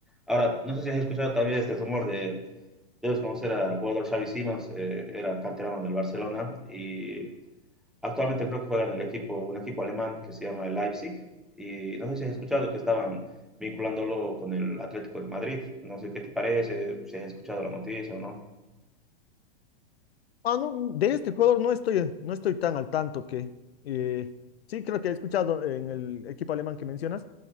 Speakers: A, in the centre; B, on the left (about 85°).
A: Ahora, no sé si has escuchado también este rumor de, debes conocer al jugador Xavi Simons, eh, era canterano del Barcelona y actualmente creo que juega en el equipo, un equipo alemán que se llama el Leipzig y no sé si has escuchado que estaban vinculándolo con el Atlético de Madrid. No sé qué te parece, si has escuchado la noticia o no.
B: Ah, no, mm, de este jugador no estoy, no estoy tan al tanto que eh, sí creo que he escuchado en el equipo alemán que mencionas,